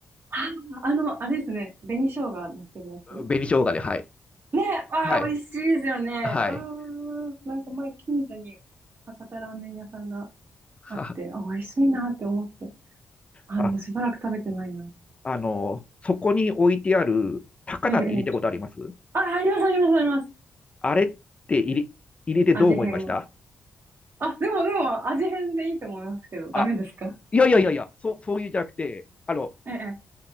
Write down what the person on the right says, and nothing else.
ああ、あの、あれですね。紅生姜乗ってるやつ
ねえ、ああ、
美味しいですよね。
ああ、なんか前近所に博多ラーメン屋さんが
あって、あ、美味しいなって思って。あ、
でもしばらく食べてないな。
ええ、ええ。あ、あります、あります、あります。
味変。あ、でも、でも、味変でいいと思いますけど、ダメですか
ええ、